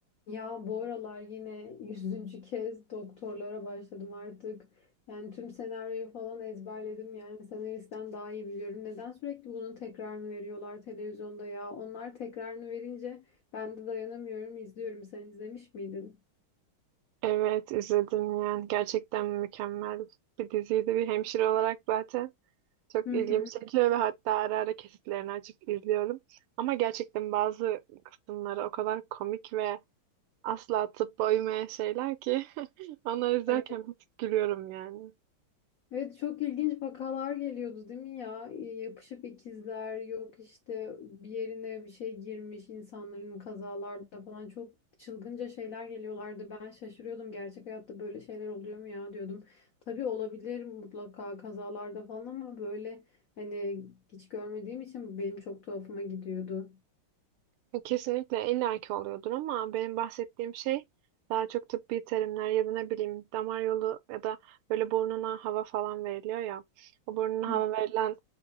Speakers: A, on the left; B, on the right.
A: Ya bu aralar yine <laughs> yüzüncü kez doktorlara başladım artık. Yani tüm senaryoyu falan ezberledim. Yani senaristten daha iyi biliyorum. Neden sürekli bunun tekrarını veriyorlar televizyonda ya? Onlar tekrarını verince ben de dayanamıyorum, izliyorum. Sen izlemiş miydin?
B: Evet izledim yani gerçekten mükemmel bir diziydi bir hemşire olarak zaten çok
A: Hı
B: ilgimi
A: hı.
B: çekiyor ve hatta ara ara kesitlerini açıp izliyorum ama gerçekten bazı kısımları o kadar komik ve asla atıp uymayan şeyler ki <laughs> onları izlerken
A: Evet.
B: bir tık gülüyorum yani.
A: Evet çok ilginç vakalar geliyordu değil mi ya? E, Yapışık ikizler yok işte bir yerine bir şey girmiş insanların kazalarda falan çok çılgınca şeyler geliyorlardı. Ben şaşırıyordum gerçek hayatta böyle şeyler oluyor mu ya diyordum. Tabii olabilir mutlaka kazalarda falan ama böyle hani hiç görmediğim için benim çok tuhafıma gidiyordu.
B: Kesinlikle illaki oluyordur ama benim bahsettiğim şey daha çok tıbbi terimler ya da ne bileyim damar yolu ya da böyle burnuna hava falan veriliyor ya. O burnuna
A: Hı,
B: hava verilen